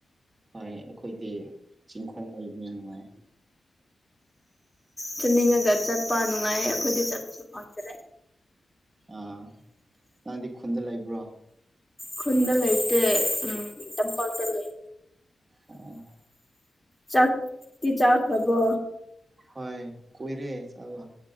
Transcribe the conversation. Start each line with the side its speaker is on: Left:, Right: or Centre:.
Right: ꯍꯣꯏ ꯑꯩꯈꯣꯏꯗꯤ ꯆꯤꯡꯈꯣꯡ ꯑꯣꯏꯕꯅꯤ ꯅꯨꯡꯉꯥꯏ
Left: ꯆꯠꯅꯤꯡꯉꯒ ꯆꯠꯄ ꯅꯨꯡꯉꯥꯏ ꯑꯩꯈꯣꯏꯗꯤ ꯆꯠꯄꯁꯨ ꯐꯪꯗ꯭ꯔꯦ
Right: ꯑꯥ ꯅꯪꯗꯤ ꯈꯨꯟꯗ ꯂꯩꯕ꯭ꯔꯣ
Left: ꯀꯗꯂꯩꯦ ꯎꯝ ꯏꯇꯝ ꯄꯥꯎꯇ ꯂꯩ
Right: ꯑ
Left: ꯆꯥꯛꯗꯤ ꯆꯥ ꯈꯕ
Right: ꯍꯣꯏ ꯀꯣꯏꯔꯦ ꯆꯕ